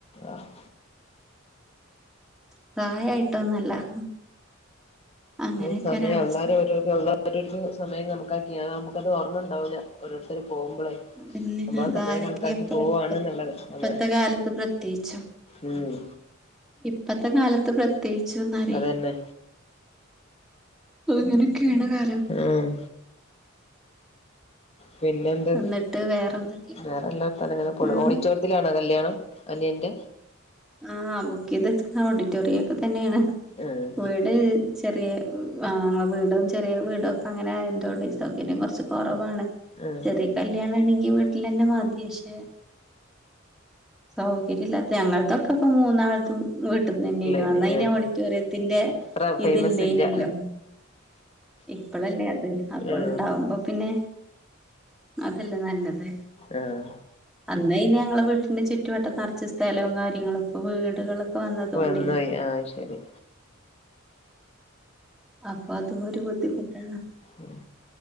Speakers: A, on the left; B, in the centre.
A: ആഹ്
B: പ്രായായിട്ടൊന്നല്ല. അങ്ങനെയൊക്കെ
A: ഒരു സമയം
B: ഒരവസ്ഥ
A: എല്ലാരും രോ അളള ഓ സമയം കമക്കാക്കിണ് നമുക്ക്ത് ഓർമ്മ ഉണ്ടാവൂല്ല ഓരോരുത്തർ പോകുമ്പളേ.
B: അതന്നെ
A: നമ്മള
B: അതാരൊക്കെ
A: സമയം കണക്കാക്കി
B: എപ്പള
A: പോവാണ്ന്നുള്ളത്.
B: ഇപ്പത്തെ
A: അങ്ങനെ
B: കാലത്ത് പ്രത്യേകിച്ചും
A: ഉം
B: ഇപ്പത്തെ കാലത്ത് പ്രത്യേകിച്ചുംന്നറൊ
A: അതന്നെ
B: അ ഇങ്ങനെയൊക്കെയാണ്. കാ
A: ആഹ് പിന്നെ എന്ത്
B: എന്നിട്ട് വേറെന്തൊക്കെ
A: വേറെ എല്ലത്ത ഇങ്ങനെ പോണ്
B: ഉം
A: ഓടിറ്റോ ത്തിലണ കല്യാണം അനിയന്റെ
B: ആഹ് ബുക്ക് ചെയ്തച്ച്ക്കണ ഓഡിറ്റോറിയ ഒക്കെ തന്നെണ്
A: ആഹ്
B: വെട് ചെറിയ ആഹ് വീടും ചെറിയ വീടും ഒക്കെ അങ്ങനെ ആയ എന്തുകൊണ്ട് സൗകര്യം കുറച്ച് കെറവാണ്
A: ആഹ്
B: ചെറിയ കല്യാണ ആണെങ്കി വീട്ടിൽ തന്നെ മാധി ശെ സൗ കരില്ലാത്തെ ഞങ്ങൾതൊക്കെ പ്പോ മൂന്നാളത്തും വീട്ടന്ന് തന്നെയ്നു
A: ഇള്ളേന്
B: അന്നയ്ന്
A: ആഹ്
B: ഓഡിറ്റോറിയത്തിന്റെ
A: അത്ര ഫേമസ്
B: ഇതില്ലെയ്നല്ലോ?
A: ഇല്ല
B: ഇപ്പളല്ലേ അത് അപ്പള്ണ്ടാവുമ്പോ
A: ആഹ്
B: പിന്നെ അതല്ലേ നല്ലത്
A: ആഹ്
B: അന്നയ്ന് ഞങ്ങളെ വീട്ടിന്റെ ചുറ്റുവട്ടം നറച്ച് സ്ഥലവും കാര്യങ്ങളൊക്കെ വീടുകളൊ പ്പ വന്നതോണ്ടെയ്
A: വന്നോയി ആഹ് ശരി
B: അപ്പൊ അത് ഒരു ബുദ്ധിമുട്ടാണ്
A: ഉം